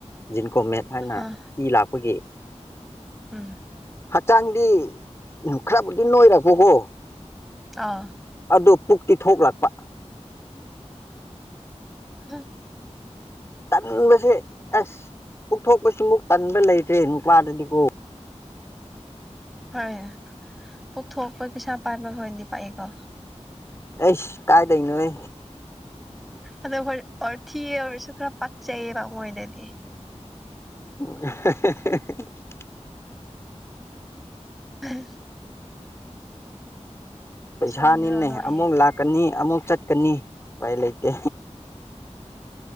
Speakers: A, on the left; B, in the centre.
A: ꯖꯤꯟꯀꯣꯃꯦꯠ ꯍꯥꯏꯅ
B: ꯑꯥ
A: ꯏ ꯂꯥꯛꯄꯒꯤ
B: ꯎꯝ
A: ꯍꯛꯆꯥꯡꯗꯤ ꯈꯔꯕꯨꯗꯤ ꯅꯣꯏꯔꯕꯀꯣ
B: ꯑꯥ
A: ꯑꯗꯨ ꯄꯨꯛꯇꯤ ꯊꯣꯛꯂꯛꯄ
B: ꯍꯥ
A: ꯇꯟꯕꯁꯦ ꯑꯁ ꯄꯨꯛꯊꯣꯛꯄꯁꯤꯃꯨꯛ ꯇꯟꯕ ꯂꯩꯇ꯭ꯔꯦ ꯅꯨꯄꯥꯗꯗꯤꯀꯣ
B: ꯍꯣꯏ ꯄꯨꯣꯛꯊꯣꯛꯄ ꯄꯩꯁꯥ ꯄꯥꯟꯕꯥꯏ ꯍ ꯑꯣꯏꯅꯗꯤ ꯄꯥꯛꯑꯦꯀꯣ
A: ꯑꯦꯁ ꯀꯥꯏꯗꯩꯅꯣꯍꯦ
B: ꯑꯗꯣ ꯑꯣꯔꯊꯤꯔꯁꯨ ꯈꯔ ꯄꯥꯛ ꯆꯥꯏꯌꯦꯕ ꯃꯣꯏꯗꯗꯤ
A: <inaudible>
B: ꯍ <unintelligible>
A: ꯄꯩꯁꯥꯅꯤꯅꯦ
B: ꯆꯨꯝꯗ꯭ꯔꯣ ꯅꯣꯛꯑꯦ
A: ꯑꯃꯨꯛ ꯂꯥꯛꯀꯅꯤ ꯑꯃꯨꯛ ꯆꯠꯀꯅꯤ ꯎꯄꯥꯏ ꯂꯩꯇꯦ